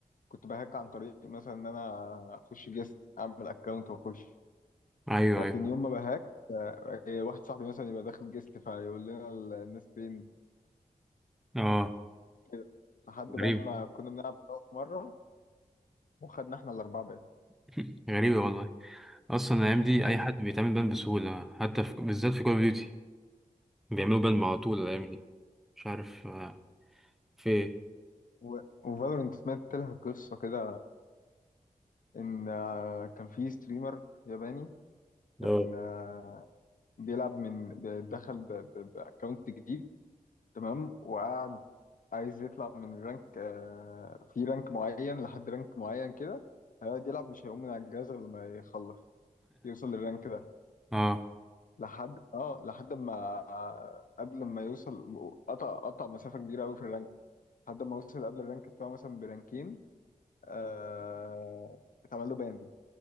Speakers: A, on the left (about 70°); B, in the centre.
A: كنت بهاك عن طريق مثلا ان انا اخش جيست اعمل اكونت واخش
B: ايوه
A: لكن
B: ايوه
A: يوم ما بهاك آه، واحد صاحبي مثلا يبقى داخل جيست فيقول لنا الناس فين
B: اه
A: كده لحد بقى
B: غريب
A: ما كنا بنلعب سوا في مرة وخدنا احنا الأربعة بعيد
B: <laughs> غريبة والله اصلا الايام دي
A: مم.
B: اي حد بيتعمل بان بسهولة حتى في... بالذات في كول اوف ديوتي بيعملوا بان على طول الايام دي مش عارف آه، في ايه
A: و... وفالورنت سمعت لها قصة كده إن آه، كان في ستريمر ياباني كان
B: اه
A: آه، بيلعب من ب- دخل ب... ب... بأكونت جديد تمام وقعد عايز يطلع من الرانك آه، في رانك معين لحد رانك معين كده هيقعد يلعب مش هيقوم من على الجهاز غير لما يخلص يوصل للرانك ده
B: اه
A: لحد اه لحد ما آه، قبل ما يوصل قطع قطع مسافة كبيرة قوي في الرانك لحد ما وصل قبل الرانك بتاعه مثلا برانكين آه اتعمل له بان